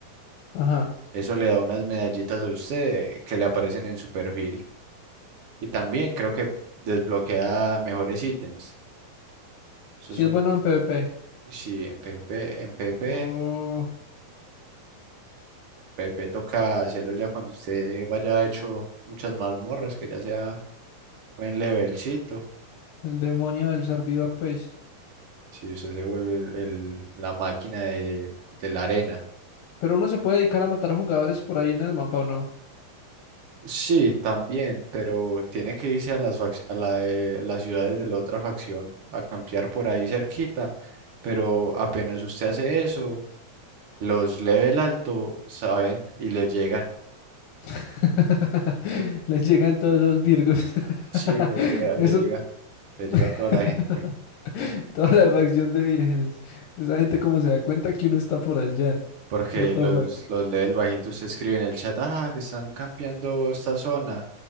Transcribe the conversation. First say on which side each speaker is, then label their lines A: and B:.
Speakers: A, on the left; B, on the right.
A: Ajá.
B: Eso le da unas medallitas a usted que le aparecen en su perfil. Y también creo que desbloquea mejores ítems. Eso
A: Si
B: es un,
A: es bueno en PvP.
B: sí, en PvP, en PvP.
A: Oh,
B: Pepe toca hacerlo ya cuando usted vaya hecho muchas mazmorras, que ya sea buen levelcito.
A: el demonio del servidor, pues.
B: Si usted se vuelve el, el- la máquina de, de la arena.
A: Pero uno se puede dedicar a matar jugadores por ahí en el mapa, ¿o no?
B: Sí, también, pero tiene que irse a las, fac- a la de- las ciudades de la otra facción a campear por ahí cerquita. Pero apenas usted hace eso, los level alto saben y les llegan.
A: <laughs> Les llegan todos los virgos. <laughs>
B: Sí, les llega,
A: Eso,
B: les llega, les llega a toda
A: <laughs>
B: la gente.
A: toda la facción de vírgenes. Esa gente como se da cuenta que uno está por allá.
B: porque
A: What the
B: los,
A: fuck.
B: los lee el bajito, usted escribe en el chat, ah, que están campeando esta zona,